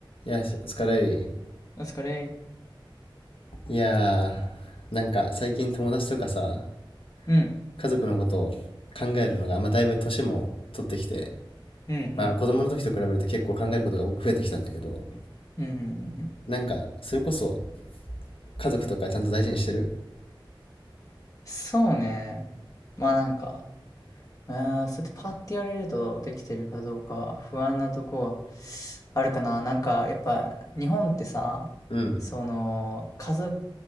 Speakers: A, on the left; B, on the left.
A: いや、しお疲れい。
B: お疲れ。
A: いやー、なんか最近友達とかさ、
B: うん、
A: 家族のことを考えるのが、まあだいぶ年も取ってきて、
B: うん、
A: まあ子供の時と比べると結構考えることが増えてきたんだけど、
B: うん、うん、うん、うんうん。
A: なんかそれこそ家族とかちゃんと大事にしてる
B: そうね。まあなんか、あーそうやってパッて言われるとできてるかどうかは不安なとこはあるかな。なんかやっぱ日本ってさ、
A: うん。
B: その家族